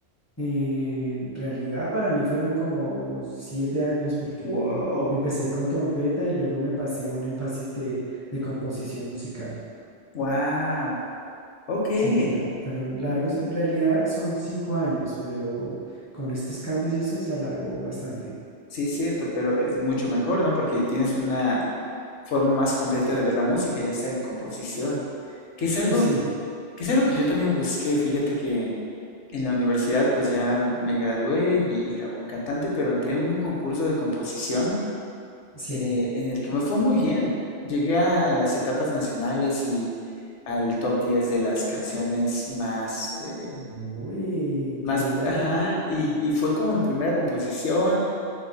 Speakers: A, on the left; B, on the left.
A: En realidad para mí fueron como siete años porque
B: Wow.
A: empecé con trompeta y luego me pasé a un énfasis de de composición musical.
B: Wow, ok, sí
A: Sí, fue- fueron largos. En realidad son cinco años, pero con estos cambios y eso se alargó bastante.
B: es cierto, pero es mucho mejor, ¿no? Porque tienes una forma más completa de ver la música, ya está en composición, que es algo,
A: Uy, sí,
B: que es algo que yo también busqué. Fíjate que en la universidad, pues ya me gradué y era buen cantante, pero entré en un concurso de composición
A: sí.
B: eh, en el que me fue muy bien. Llegué a las etapas nacionales y al top 10 de las canciones más, eh,
A: Uy,
B: más,
A: qué bien.
B: ajá, y, y fue como mi primera composición.